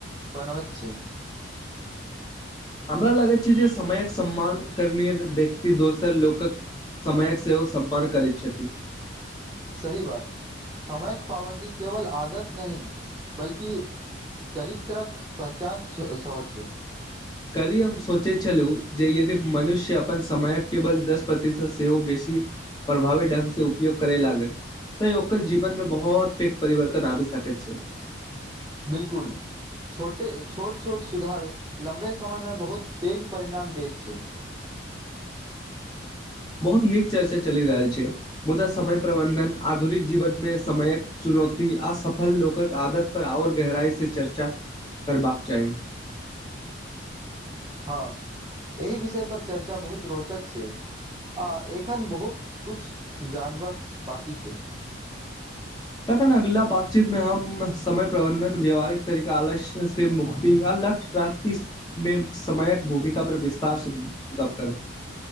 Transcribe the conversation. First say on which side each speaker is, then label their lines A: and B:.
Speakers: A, on the right; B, on the left.
A: <inaudible> बनाबैत छै
B: हमरा लागैत छै जे समयक सम्मान करने व्यक्ति दोसर लोकक समयक सेहो सम्मान करै छ छति
A: सही बात समयक पाबन्दी केवल आदत नहि बल्कि चरित्रक पहचान स स ओ छै
B: कलहि हम सोचैत छलहुँ जे यदि मनुष्य अपन समयक केवल दस प्रतिशत सेहो बेसी प्रभावी ढंग सँ ऊप उपयोग करे लागल त ओकर जीवन में बहुत पैघ परिवर्तन आबि सकैत छै
A: बिल्कुल छोटे छोट छोट सुधार लम्बे समयमे बहुत पैघ परिणाम दैत छै
B: बहुत नीक चर्चा चलि रहल छै मुदा समय प्रबंधन आधुनिक जीवन मे समय क चुनौती असफल लोकक आदत पर और गहराई से चर्चा करबाक चाहि
A: हँ एहि विषय पर चर्चा बहुत रोचक छै आ एखन बहुत कुछ जानवक बाकी छै
B: तखन अगिला बातचीत मे हम समय प्रबंधन व्याववहारिक तरीका आलस्य से मुक्ति य लक्ष्य प्रातिस मे समयक भूमिका पर विस्तारसँ गप करब